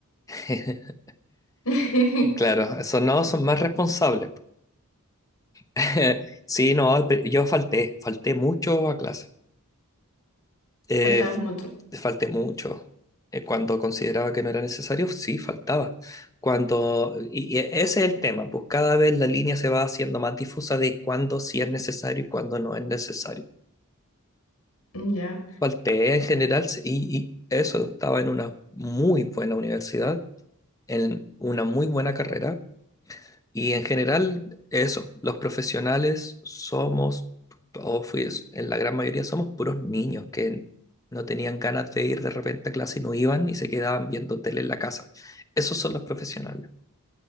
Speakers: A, on the left; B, on the left.
A: <laughs>
B: <laughs>
A: Claro, esos no son más responsables. <laughs> Sí, no, pe- yo falté, falté mucho a clase. Eh,
B: Faltabas un montón.
A: falté mucho. Eh, cuando consideraba que no era necesario, sí, faltaba. Cuando, y y ese es el tema, pues cada vez la línea se va haciendo más difusa de cuándo sí es necesario y cuándo no es necesario.
B: Mm, Ya.
A: Falté en general sí, y, y eso, estaba en una muy buena universidad, en una muy buena carrera Y en general, eso, los profesionales somos, o fui, en la gran mayoría somos puros niños que no tenían ganas de ir de repente a clase y no iban y se quedaban viendo tele en la casa. Esos son los profesionales.